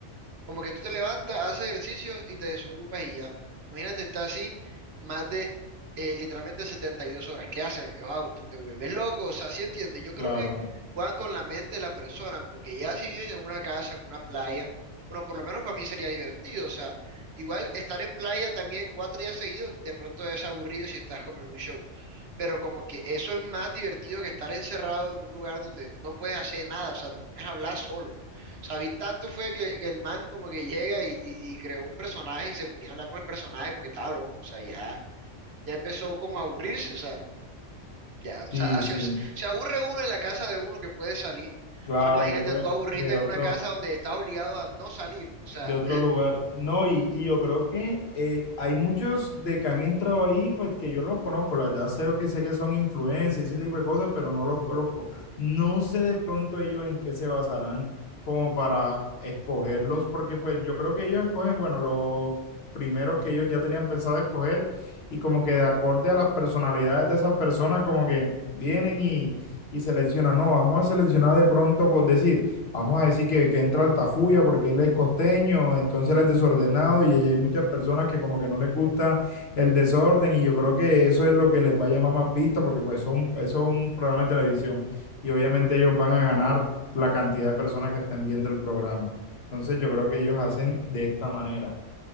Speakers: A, on the right (about 60°); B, on the left (about 60°).
A: como que tú te levantas, haces ejercicio y te desocupas y ya. Imagínate, estar así más de eh, literalmente 72 horas. ¿Qué haces? Wow, tú te vuelves loco. O sea, sí entiende? Yo creo
B: Claro,
A: que juegan con la mente de la persona, porque ya si viven en una casa, en una playa, bueno, por lo menos para mí sería divertido. O sea, igual estar en playa también cuatro días seguidos, de pronto es aburrido si estás como en un show. Pero como que eso es más divertido que estar encerrado en un lugar donde no puedes hacer nada. O sea, te pones a hablar solo. David tanto fue que, que el man como que llega y, y- y creó un personaje y se ponía a hablar con el personaje porque estaba loco, o sea, ya, ya empezó como a aburrirse, o sea, ya,
B: sí,
A: o sea, se,
B: sí.
A: se aburre uno en la casa de uno que puede salir.
B: Claro
A: Ahora imagínate
B: que pues
A: tú aburrirte
B: de
A: en
B: otro.
A: una casa donde estás obligado a no salir, o sea,
B: de otro lugar. No, y, y yo creo que eh, hay muchos de que han entrado ahí, pues que yo no los conozco, la verdad sé que sé que son influencers, ese tipo de cosas, pero no los conozco. No sé de pronto ellos en qué se basarán como para escogerlos, porque pues yo creo que ellos escogen, bueno, los primeros que ellos ya tenían pensado escoger y como que de acorde a las personalidades de esas personas, como que vienen y, y seleccionan, no, vamos a seleccionar de pronto, por decir, Vamos a decir que, que entra Altafulla porque él es costeño, entonces él es desordenado y ahí hay muchas personas que como que no les gusta el desorden y yo creo que eso es lo que les va a llamar más vista porque pues son, eso es un programa de televisión y obviamente ellos van a ganar la cantidad de personas que estén viendo el programa. Entonces yo creo que ellos hacen de esta manera.